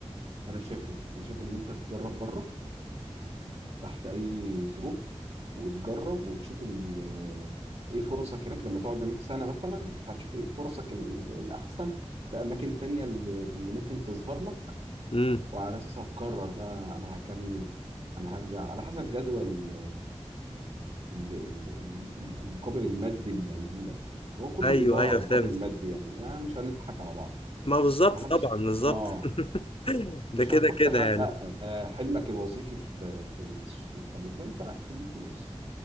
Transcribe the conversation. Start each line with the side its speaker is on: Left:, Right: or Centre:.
Right: انا شايف كده انا شايف ان انت تجرب بره تحت اي ظروف وتجرب وتشوف ال- ايه فرصك هناك لما تقعد هناك سنه مثلا هتشوف ايه فرصك ال- الاحسن في اماكن تانية اللي اللي ممكن تظهر لك
Left: امم
Right: وعلى اساسها هتقرر بقى انا هكمل انا هرجع على حسب جدول ال- ال- ال- المقابل المادي اللي هيجي لك يعني هو كله
Left: ايوه
Right: بيدور
Left: ايوه
Right: على مقابل
Left: فهمت
Right: مادي يعني يعني مش هنضحك على بعض
Left: ما بالظبط
Right: ما حدش
Left: طبعا بالظبط
Right: اه
Left: <laughs> ده
Right: مش
Left: كده
Right: هتروح تحقق
Left: كده يعني
Right: آه، حلمك الوظيفي في في الخليج لا انت رايح تجيب فلوس